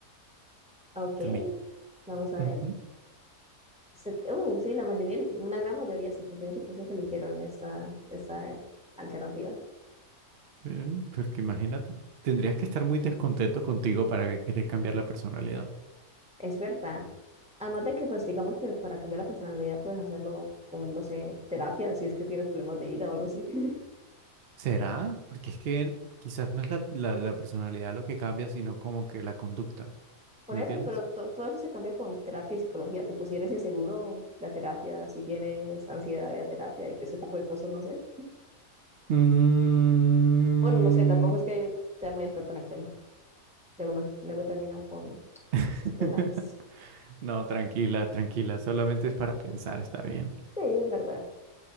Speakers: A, in the centre; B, on the right (about 70°).
A: Ok,
B: to me.
A: vamos a
B: Ujú,
A: ver. Set- uh, sí, la mayoría, una gran mayoría, 78% eligieron esta, esta eh, alternativa.
B: eh, Porque imagínate, tendrías que estar muy descontento contigo para que querer cambiar la personalidad.
A: Es verdad. Además de que, pues, digamos que para cambiar la personalidad puedes hacerlo con, no sé, terapia, si es que tienes problemas de ira o algo así. <laughs>
B: ¿Será? Porque es que quizás no es la, la la personalidad lo que cambia, sino como que la conducta,
A: Por
B: ¿sí ¿me
A: eso,
B: entiendes?
A: pero to- todo eso se cambia con terapia y psicología. Tipo, si eres inseguro, la terapia, si tienes ansiedad, la terapia y que ese tipo de cosas, no sé.
B: Mm,
A: Bueno, no sé, tampoco es que sea muy experto en el tema. Luego, luego termino con
B: <laughs>
A: funas.
B: No, tranquila, tranquila, solamente es para pensar, está bien.
A: Sí, es verdad.